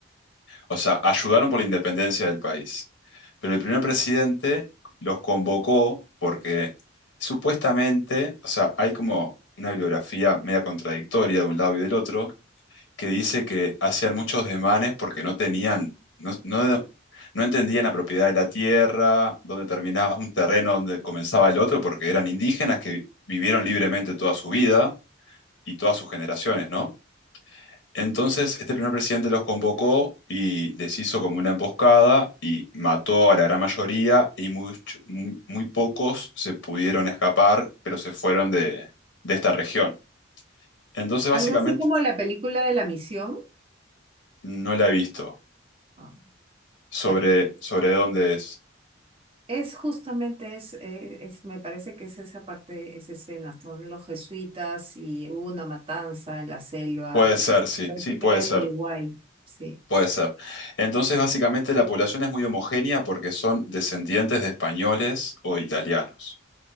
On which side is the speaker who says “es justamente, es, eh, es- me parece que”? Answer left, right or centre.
Right